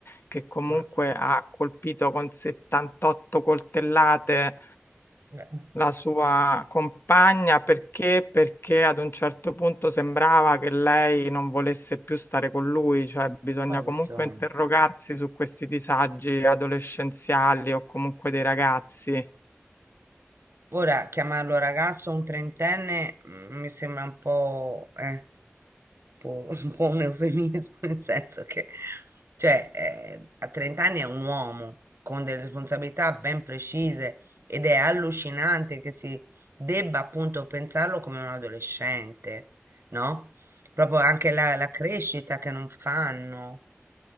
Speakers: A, on the left (about 50°); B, on the right (about 60°).
A: che comunque
B: Ma-
A: ha colpito con 78 coltellate
B: beh,
A: la sua compagna perché? Perché ad un certo punto sembrava che lei non volesse più stare con lui, cioè bisogna
B: ma insomma,
A: comunque interrogarsi su questi disagi adolescenziali o comunque dei ragazzi.
B: ora chiamarlo ragazzo un trentenne mm, mi sembra un po', eh. po' <laughs> un po' un <laughs> eufemismo, nel senso che, cioè, eh, a 30 anni è un uomo con delle responsabilità ben precise ed è allucinante che si debba appunto pensarlo come un adolescente, no? Proprio anche la, la crescita che non fanno,